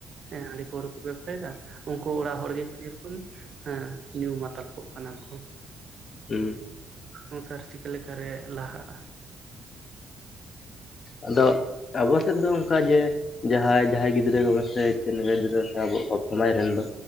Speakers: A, on the right (about 50°); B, on the left (about 45°).
A: ᱦᱮᱸ ᱦᱟᱺᱰᱤ ᱯᱟᱹᱣᱨᱟᱹ ᱥᱟᱹᱭᱮᱫᱟ ᱩᱱᱠᱩ ᱚᱲᱟᱜ ᱦᱚᱲ ᱜᱮ ᱧᱮᱞ ᱠᱚᱢ ᱦᱮᱸ ᱧᱩ ᱢᱟᱛᱟᱞ ᱠᱚᱜ ᱠᱟᱱᱟ ᱠᱚ᱾
B: ᱦᱮᱸ
A: ᱥᱚᱝᱥᱟᱨ ᱪᱤᱠᱟᱹ ᱞᱮᱠᱟᱨᱮ ᱞᱟᱦᱟᱜᱼᱟ?
B: ᱟᱫᱚ ᱟᱵᱚ ᱥᱮᱫ ᱫᱚ ᱚᱱᱠᱟ ᱡᱮ ᱡᱟᱦᱟᱸᱭ ᱡᱟᱦᱟᱸᱭ ᱜᱤᱫᱽᱨᱟᱹ ᱠᱚᱜᱮ ᱥᱮ ᱪᱮᱱᱠᱟ ᱜᱤᱫᱽᱨᱟᱹ ᱥᱮ ᱟᱵᱚ ᱥᱚᱢᱟᱭ ᱨᱮᱱ ᱫᱚ